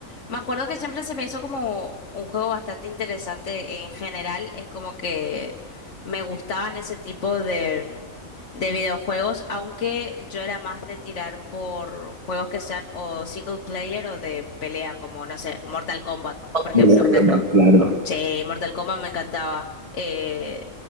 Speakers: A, on the left; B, on the right.
A: Me acuerdo que siempre se me hizo como un juego bastante interesante en general. Es como que me gustaban ese tipo de, de videojuegos, aunque yo era más de tirar por juegos que sean o single player o de pelea, como no sé, Mortal Kombat,
B: Como
A: por ejemplo.
B: Rompen, Claro.
A: Sí, Mortal Kombat me encantaba. Eh,